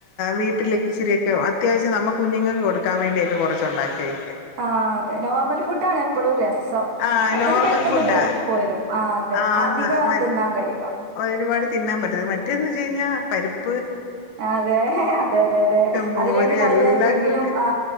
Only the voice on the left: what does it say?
വീട്ടില് ഇച്ചിരിയൊക്കെ അ അത്യാവശ്യം നമു കുഞ്ഞുങ്ങൾക്ക് കൊടുക്കാൻ വേണ്ടിയൊക്കെ കുറച്ചുണ്ടാക്കിയ
ആഹ്
നോർമൽ
ഫുഡാ
ആന്ന്
മ
ഒരുപാട് തിന്നാൻ പറ്റത്തില മറ്റേതന്ന് വെച്ച് കഴിഞ്ഞാൽ പരിപ്
മോര്
എല്ലാം
കൂട്ടി